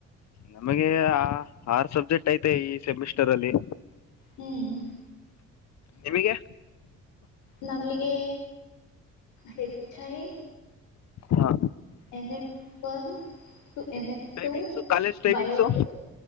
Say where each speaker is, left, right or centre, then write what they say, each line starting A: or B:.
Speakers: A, on the left (about 65°); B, on the left (about 90°).
A: ನಮಗೇ ಅ ಆರು ಸಬ್ಜೆಕ್ಟ್ ಐತೆ ಈ ಸೆಮಿಸ್ಟರಲ್ಲಿ
B: ಹ್ಮು
A: ನಿಮಿಗೆ
B: ನಮ್ಗೆ ಹೆಚ್ಚಾಯ
A: ಹಾ
B: ಏನ್ ಎಫ ಒನ್ ಎನ್ ಏಪ
A: ಟೈಮಿಂಗ್ಸು
B: ಟು
A: ಕಾಲೇಜ್ ಟೈಮಿಂಗ್ಸು
B: ಬಯೋಕ